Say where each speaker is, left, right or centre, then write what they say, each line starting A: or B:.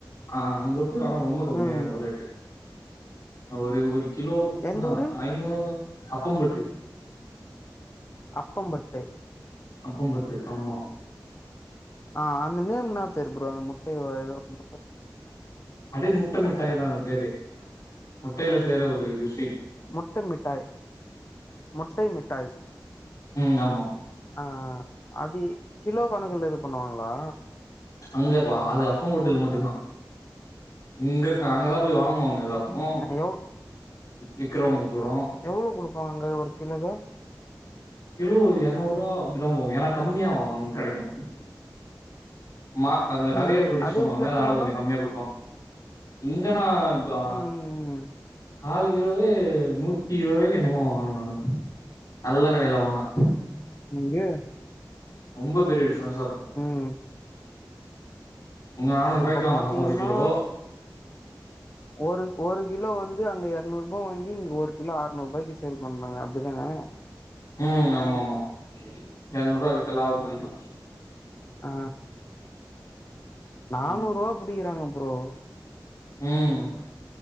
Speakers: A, on the left; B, on the left.
A: ஆ அங்க போய் வாங்குனா ரொம்ப கம்மியா
B: ம்
A: இருக்கும் ரேட்டு ஒரு ஒரு கிலோக்கு
B: எந்த
A: னா
B: ஊரு
A: ஐநூறு அப்பம்பட்டு
B: அப்பம்பட்டு
A: அப்பம்பட்டு ஆமா
B: ஆ அந்த நேம் என்ன பேரு ப்ரோ அந்த முட்டைய ஏதோ முட்ட ப்பம்
A: அடி முட்ட மிட்டாய்தா அந்த பேரு முட்டையில செய்ற ஒரு ஸ்வீட்
B: முட்ட மிட்டாய் முட்டை மிட்டாய்
A: உம் ஆமா
B: ஆ அது கிலோ கணக்குல இது பண்ணுவாங்களா
A: அங்க அது அப்பம்பட்டுல மட்டும் தா இங்க அங்கதா போய் வாங்குவாங்க நல்லா இருக்கும்
B: எவ்
A: விக்கிறவுங்க கூடம்
B: எவ்வளோ கொடுப்பாங்க ஒரு கிலோக்கு
A: கிலோ இரநூறு ரூபா அப்படிதா போகும் ஏன்னா கம்மியாகும் அங்க கிடைக்கும் மா அங்க நிறைய
B: ம் ம்
A: ப்ரொடியூஸ்
B: அதே
A: பண்ணுவாங்க
B: உங்க எடத்துலனா
A: அதனால கொஞ்சம் கம்மியா கொடுப்பா இங்க நா ப்பா
B: ம் ம் ம்
A: கால் கிலோவே நூத்தி இருபது ரூபாய்க்கு என்னமோ வாங்குன நானு நல்ல கடையில வாங்குன
B: நங்கே
A: ரொம்ப பெரிய டிஃப்ரென்ஸா இருக்கு
B: ம்
A: நானூறுவாய்க்கு
B: அப்ப
A: வாங்கலா
B: பாத்தீங்கன்னா
A: ஒரு கிலோ
B: ஒரு ஒரு கிலோ வந்து அங்க இருநூறு ரூபா வாங்கி இங்க ஒரு கிலோ அறநூறு ரூபாய்க்கு சே சேல் பண்றாங்க அப்டிதானே
A: ம் ஆமா ஆமா எரநூரூபா கிட்ட லாப பண்ணிடலா
B: ஆ நானூரூபா
A: ம்
B: புடிக்கிறாங்க ப்ரோ
A: ம்